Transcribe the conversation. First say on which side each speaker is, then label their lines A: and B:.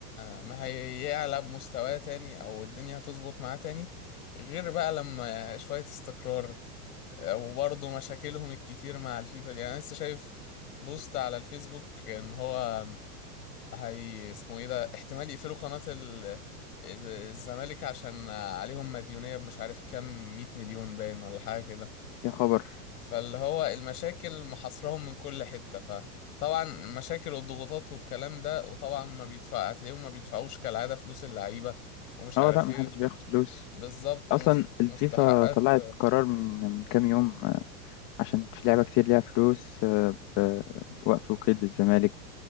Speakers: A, on the left; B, on the left.
A: ه... ما هيعلى بمستواه تاني أو الدنيا هتظبط معاه تاني غير بقى لما شوية استقرار آه، وبرضه مشاكلهم الكتير مع الفيفا دي يعني أنا لسه شايف بوست على الفيسبوك إن هو هي اسمه ايه ده احتمال يقفلوا قناة ال... الزمالك عشان عليهم مديونية مش عارف كام مية مليون باين ولا حاجة كده
B: يا خبر
A: فاللي هو المشاكل محاصرهم من كل حتة فطبعا المشاكل والضغوطات والكلام ده وطبعا ما بيدفع هتلاقيهم ما بيدفعوش كالعادة فلوس اللعيبة ومش
B: اه
A: عارف
B: لا محدش
A: ايه
B: بياخد فلوس
A: بالظبط ومستحقات
B: اصلا الفيفا طلعت قرار من من كام يوم آه، عشان في لعبة كتير ليها فلوس آه، وقف القيد للزمالك